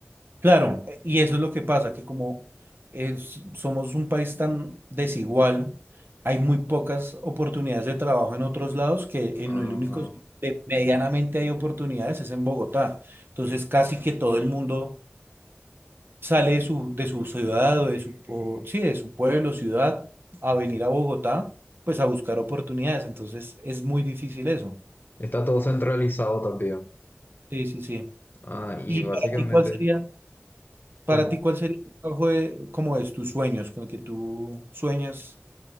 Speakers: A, on the right; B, on the left.
A: Claro, eh, y eso es lo que pasa, que como es- somos un país tan desigual, hay muy pocas oportunidades de trabajo en otros lados que en
B: Ajá.
A: el único sitio que medianamente hay oportunidades es en Bogotá. Entonces casi que todo el mundo sale de su, de su ciudad o de su, o- sí, de su pueblo, ciudad, a venir a Bogotá, pues a buscar oportunidades. Entonces es muy difícil eso.
B: Está todo centralizado también.
A: Sí, sí, sí.
B: Ah,
A: ¿Y
B: y básicamente,
A: para ti cuál sería? Para
B: ¿cómo?
A: ti, ¿cuál sería el trabajo de, como es tus sueños, con el que tú sueñas